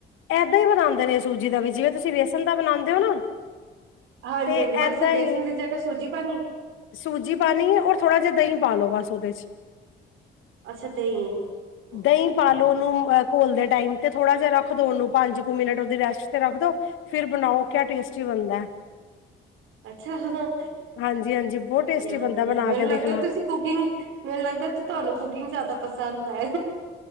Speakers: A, on the left (about 85°); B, on the right (about 85°).
A: ਏਦਾਂ ਹੀ ਬਣਾਉਂਦੇ ਨੇ ਸੂਜੀ ਦਾ ਵੀ ਜਿਵੇਂ ਤੁਸੀਂ ਬੇਸਣ ਦਾ ਬਣਾਉਂਦੇ ਹੋ ਨਾ।
B: ਹਾਂਜੀ-ਹਾਂਜੀ,
A: ਤੇ
B: ਬਸ
A: ਏਦਾਂ
B: ਬੇਸਨ
A: ਹੀ
B: ਦੀ ਜਗਾ ਸੂਜੀ ਪਾਣੀ।
A: ਸੂਜੀ ਪਾਣੀ ਏ ਔਰ ਥੋੜਾ ਜਿਹਾ ਦਹੀਂ ਪਾ ਲਉ ਬਸ ਉਹਦੇ ਚ।
B: ਅੱਛਾ ਦਹੀਂ, ਅੱਛਾ
A: ਦਹੀਂ ਪਾ
B: ਠੀਕ
A: ਲੋ
B: ਹੈ
A: ਉਹਨੂੰ
B: ਠੀਕ।
A: ਘੋਲਦੇ ਟਾਈਮ ਤੇ ਥੋੜਾ ਜਿਹਾ ਰੱਖ ਦੋ ਉਹਨੂੰ ਪੰਜ ਕੁ ਮਿੰਟ ਉਹਦੀ ਰੈਸਟ ਤੇ ਰੱਖ ਦੋ। ਫਿਰ ਬਣਾਓ ਕਿਆ ਟੇਸਟੀ ਬਣਦਾ ਐ।
B: ਅੱਛਾ ਜਦੋਂ
A: ਹਾਂਜੀ ਹਾਂਜੀ ਬਹੁਤ
B: ਵਧੀਆ-ਵਧੀਆ
A: ਟੇਸਟੀ ਬਣਦਾ ਬਣਾ
B: ਮੈਨੂੰ
A: ਕੇ ਦੇਖਣਾ
B: ਲੱਗਦਾ ਤੁਸੀਂ ਕੁਕਿੰਗ, ਮੈਨੂੰ ਲੱਗਦਾ ਤੇ ਤੁਹਾਨੂੰ ਕੁਕਿੰਗ ਜ਼ਿਆਦਾ ਪਸੰਦ ਹੈ?